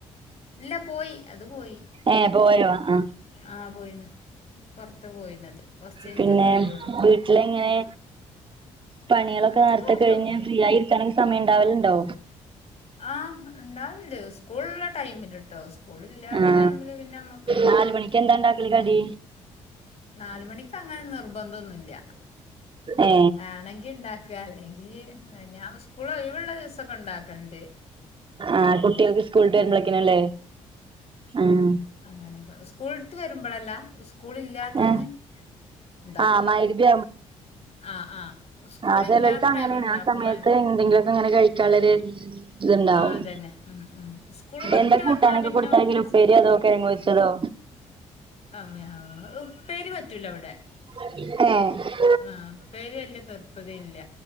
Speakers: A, on the left; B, on the right.
A: ഇല്ല പോയി അത് പോയി
B: ഏഹ്പോയോ ആഹ്
A: ആഹ് പോയിണ് പൊറത്ത് പോയിണത് കൊറച്ച് കഴിഞ്ഞിട്ടൊക്കെ
B: പിന്നെ
A: വരുള്ളൂ
B: വീട്ടില് എങ്ങനെ? പണിയളൊക്കെനേരത്തെകഴിഞ്ഞ്
A: വീട്ടില് കൊഴപ്പൊന്നുല്ല
B: ഫ്രീയായി ഇരിക്കാനൊക്കെ സമയംണ്ടാവലുണ്ടോ?
A: ആഹ് ഇണ്ടാവൽണ്ട് സ് സ്കൂൾ ള്ള ടൈമില് ട്ടോ സ്കൂളില്ലാത്ത
B: ആ
A: ടൈമില് പിന്നമ്മക്ക്
B: നാല് <unintelligible> കടി
A: നാല് മണിക്ക് അങ്ങനെ നിർബന്ധംന്നുല്ല
B: ഏ
A: വേണെങ്കി ഇണ്ടാ ക്കാ അല്ലെങ്കീ ഞാൻസ്കൂളൊഴിവൂള്ള ദിവസ്സൊക്കെഉണ്ടാക്കാല്ണ്ട്
B: ആഹ് കുട്ടികൾക്ക് സ്കൂൾട്ട് വരുമ്പളെക്ക്ണല്ലേ
A: ഉം
B: ആഹ്
A: അങ്ങനെയൊക്കെള്ള സ്കൂൾട്ട് വരുമ്പോഴല്ല സ് സ്കൂളില്ലാത്തന്ന്
B: ആ
A: ണ്ടാക്കും
B: ആ മഗ്‌രിബ്
A: ആഹ് ആഹ് സ്കൂളില്ലാത്ത
B: ആഹ് ചെലോൽക്ക് അങ്ങനെണ്
A: ടൈമില്ണ്ടാക്കും
B: ആ സമയത്ത്
A: ആഹ്
B: എന്തെങ്കിലുക്കെ ങ്ങനെ ചോയിക്കാള്ളര് ഇത്ണ്ടാവും
A: അതന്നെ ഉം ഉം സ്കൂള് വിട്ട്
B: എന്താ കൂട്ടാനൊക്കെ
A: വന്നാ പിന്നെ
B: കൊടുത്തയാക്കല്
A: ഓൽക്ക്
B: ഉപ്പേരി അതോ കിഴങ്ങ് പൊര്ച്ചതോ?
A: അഹ് യാഹ് ഉപ്പേരി പറ്റൂലാ വിടെ
B: എഹ്
A: ആഹ് ഉപ്പേരിയല്ല <unintelligible> പതില്ല